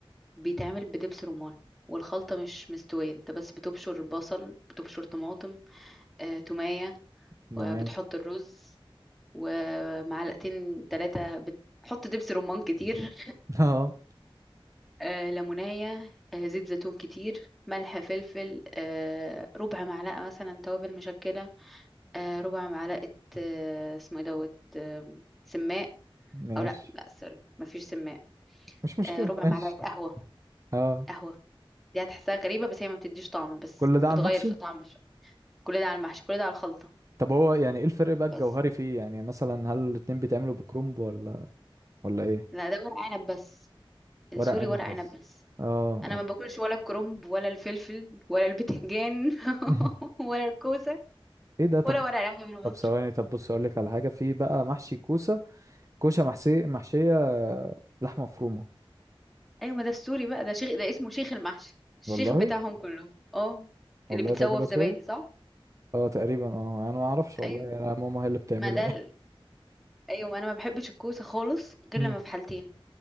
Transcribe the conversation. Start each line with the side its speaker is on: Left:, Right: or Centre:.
Centre: بيتعمل بدبس رمان والخلطة مش مستوية انت بس بتبشر بصل بتبشر طماطم آه، تومية
Right: تمام
Centre: وبتحط الرز ومعلقتين ثلاثة بتحط دبس رمان كتير
Right: <laughs> اه
Centre: آه ليمونية آه زيت زيتون كتير ملح فلفل آه ربع معلقة مثلا توابل مشكلة آه ربع معلقة آه اسمه ايه دوت آه سماق
Right: ماشي
Centre: او لا لا سوري مفيش سماق
Right: مش مشكله
Centre: آه ربع
Right: <laughs> ماشي
Centre: معلقة قهوة
Right: اه
Centre: قهوة دي هتحسها غريبة بس هي ما بتديش طعم بس
Right: كل
Centre: بتغير
Right: ده على المحشي
Centre: في طعم الش- كل ده على المحشي كل ده على الخلطة
Right: طب هو يعني ايه الفرق بقى الجوهري
Centre: بس
Right: فيه يعني مثلا هل الاتنين بيتعملوا بكرنب ولا ولا ايه
Centre: لا ده ورق عنب بس السوري
Right: ورق عنب
Centre: ورق عنب
Right: بس
Centre: بس
Right: اه
Centre: انا
Right: اه
Centre: ما باكلش ولا الكرنب ولا الفلفل ولا البتنجان
Right: <laughs>
Centre: <laughs> ولا الكوسه
Right: ايه ده طب
Centre: ولا ورق العنب المصري
Right: طب ثواني طب بص اقول لك على حاجه في بقى محشي كوسه كوسه محشي محشيه لحمه مفرومه
Centre: ايوه ما ده السوري بقى ده شيخ ده اسمه شيخ المحشي الشيخ
Right: والله
Centre: بتاعهم كله اه
Right: والله
Centre: اللي بيتسوى
Right: ده كده
Centre: في
Right: سوري
Centre: زبادي صح
Right: اه تقريبا اه انا ما اعرفش والله
Centre: ايوه
Right: يعني انا ماما هي اللي بتعمله
Centre: ما ده ال... ايوه ما انا ما بحبش الكوسه خالص غير
Right: <laughs> مم.
Centre: لما في حالتين